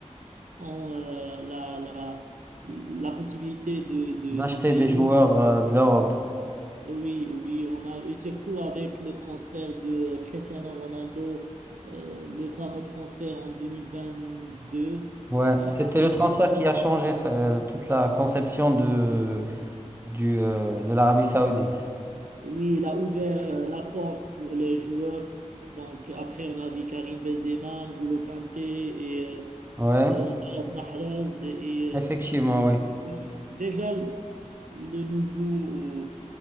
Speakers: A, on the right; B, on the right.
A: ont euh, la, la, la possibilité de,
B: D'acheter
A: de, de payer.
B: des joueurs euh, de l'Europe.
A: Oui, oui, on a, et surtout avec le transfert de Cristiano Ronaldo, euh, le fameux transfert en 2022
B: Ouais,
A: euh, à
B: c'était le
A: Al-Nassr.
B: transfert qui a changé ça, euh, toute la conception de, du, euh, de l'Arabie Saoudite.
A: Oui, il a ouvert euh, la porte pour les joueurs. Donc après, on a vu Karim Benzema, N'Golo Kanté et euh,
B: Ouais,
A: euh, Riyad Mahrez et
B: effectivement,
A: euh,
B: oui.
A: oui, déjà le, le nouveau